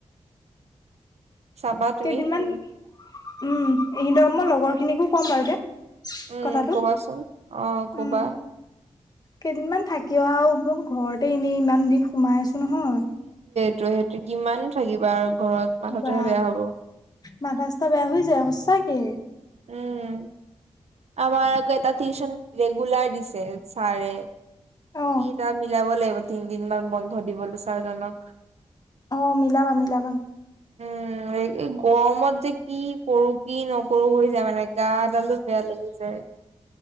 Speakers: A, on the right; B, on the left.
A: চাবা তুমি
B: কেইদিনমান
A: উ
B: উম, এ মই লগৰ খিনিকো ক'ম বাৰু দে
A: উম,
B: কথাটো
A: কবাচোন অ', ক'বা।
B: উম কেইদিনমান থাকি অ'হাওঁ হ'ব ঘৰতে এনেই ইমান দিন সোমাই আছো নহয়।
A: ত' সেইটো কিমান থাকিবা আৰু ঘৰত মাথাতেহে
B: বা
A: বেয়া হব।
B: মাথা চাথা বেয়া হৈ যায় সচাকে।
A: উম, আমাৰ আকৌ এটা টিউচন ৰেগুলাৰ দিছে ছাৰে। কি
B: অ
A: তাৰ মিলাব লাগিব তিনদিন মান বন্ধ দিবলৈ ছাৰজনক।
B: অ' মিলাবা মিলাবা।
A: উম, গৰমত যে কি কৰো কি নকৰো হৈ যায় মানে গাদালু লাগি যায়।